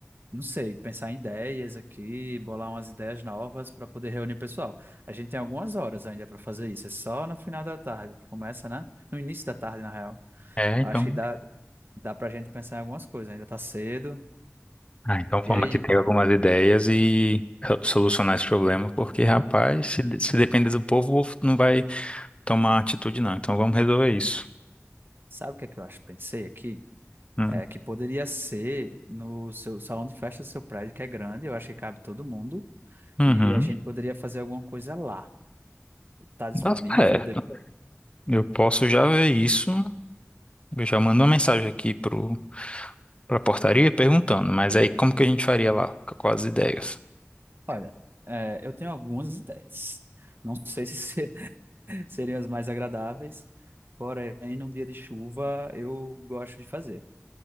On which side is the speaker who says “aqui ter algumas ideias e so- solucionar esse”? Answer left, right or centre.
Left